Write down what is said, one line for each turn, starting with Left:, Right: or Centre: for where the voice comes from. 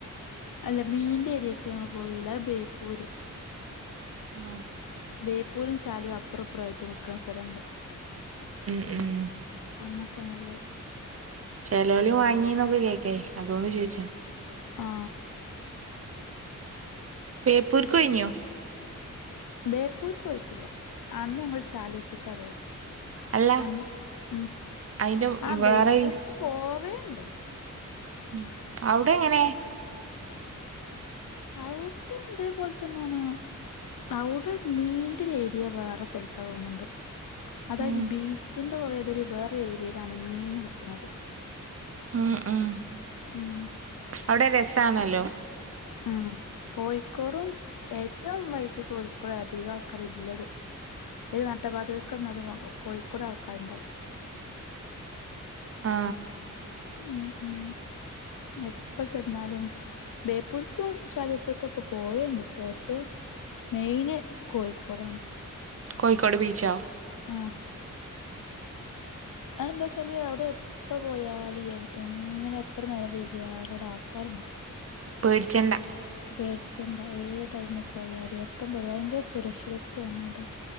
Left: അല്ല മീനിന്റെ ഏരിയൊക്കെ ഞങ്ങള് പോയില്ല ബേപ്പൂര്
Right: ആ
Left: ബേപ്പൂരും ശാലും അപ്പുറപ്പുറ ആയിട്ട് നിൽക്കുന്ന സ്ഥലുണ്ട്
Right: ഉം ഉം
Left: അങ്ങനട്ട് ഞങ്ങൾ പോയെ
Right: ചെിലേലു വാങ്ങിന്നൊക്കെ കേക്കാ അതുകൊണ്ട് ചോയിച്ചാ
Left: ആ
Right: ബേപ്പൂർക്ക് ഒഴിനിയോ
Left: ബേപ്പൂര് ക്ക് പോയിട്ടില്ല അന്ന് ഞങ്ങൾ ചാലിയത്ത് ക്കാ പോയെ
Right: അല്ല
Left: അന്ന് ഉം
Right: അയിന്റെ
Left: ആ
Right: വേറെ
Left: ബേപ്പൂർക്ക് പോവേണ്ട് <unintelligible>
Right: ഉം അവിടെ എങ്ങനെ
Left: ആ ഔട്ട് ഇതേപോലത്തെന്നാണ് അവിടെ മീന്റെ ഏരിയ വേറെ സ്ഥലത്താ തോന്നുണ് ണ്ട് അതായത്
Right: ഉം
Left: ബീച്ചിന്റെ കുറേ അതൊരു വേറെ ഏരിയയിലാണ് മീൻ വിൽക്കുന്നത്
Right: ഉം ഉം
Left: ഉം
Right: അവിടെ രസാണല്ലോ
Left: ഉം കോഴിക്കോടും ഏറ്റവും വൈബ് കോഴിക്കോട് അധികം ആൾക്കാര് ഇള്ളത് ഏത് നട്ടപാതിക്ക് ചെന്നാലും കോഴിക്കോട് ആൾക്കാരുണ്ടാവും.
Right: ആ
Left: ഉം ഉം എപ്പ ചെന്നാലും ബേപ്പൂർ. ക്കും <unintelligible> ഒക്കെ പോവേണ്ടട്ടോ പക്ഷെ മെയിന് കോഴിക്കോടാണ്.
Right: കോയിക്കോട് ബീച്ചോ.
Left: ആ. അ എന്താ വെച്ചാല് അവിടെ എപ്പ പോയാല് എങ്ങനെ എത്ര നേരം വെയ്കിയാലും അവിടെ ആൾക്കാര് ഉണ്ടാവും.
Right: പേടിച്ചണ്ട.
Left: പേടിച്ചണ്ട, ഏത് ടൈമിൽ പോയാലും എപ്പം പോയാലും ഭയങ്കര സുരക്ഷിതത്വണ് അവിടെ.